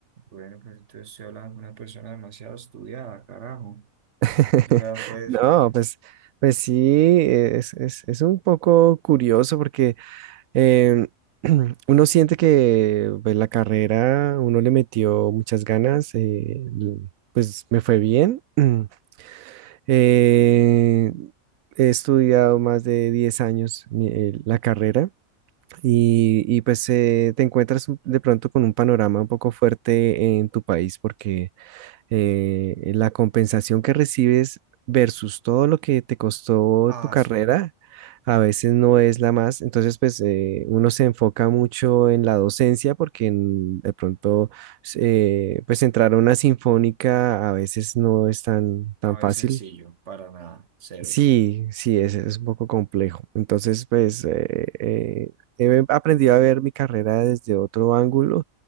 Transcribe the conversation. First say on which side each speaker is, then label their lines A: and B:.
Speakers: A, on the right (about 60°); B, on the right (about 75°).
A: Bueno, pues entonces estoy hablando con una persona demasiado estudiada, carajo.
B: <laughs>
A: O sea, fue
B: No,
A: eso, hombre.
B: pues, pues sí, e, es, es, es un poco curioso porque em, <clears throat> uno siente que pues, la carrera, uno le metió muchas ganas, eh, l- pues me fue bien. <clears throat> Eh, he estudiado más de 10 años mi- eh, la carrera y, y, pues eh, te encuentras un- de pronto con un panorama un poco fuerte en tu país porque eh, la compensación que recibes versus todo lo que te costó
A: Ah,
B: tu carrera
A: sí.
B: a veces no es la más. Entonces pues eh, uno se enfoca mucho en la docencia porque en- de pronto eh, pues entrar a una sinfónica a veces no es tan, tan
A: No
B: fácil
A: es sencillo, para nada, cero.
B: Sí, sí, es, es un poco complejo. Entonces, pues, eh, eh, he aprendido a ver mi carrera desde otro ángulo